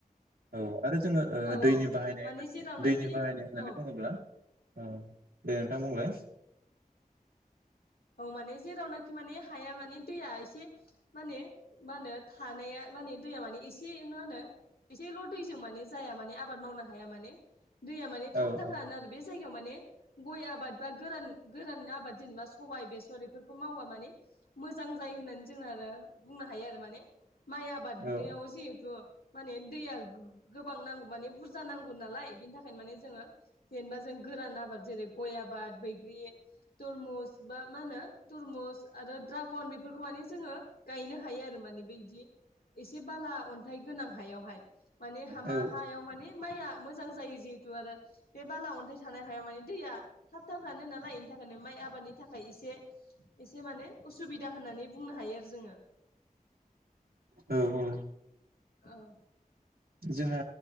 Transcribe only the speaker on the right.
औ आरो जोङो
दैनि
बाहायनाय
दैनि बाहायनाय होननानै
बुङोब्ला औ दे नोंथां बुंलाय
औ
औ
औ
औ
औ औ
जोंहा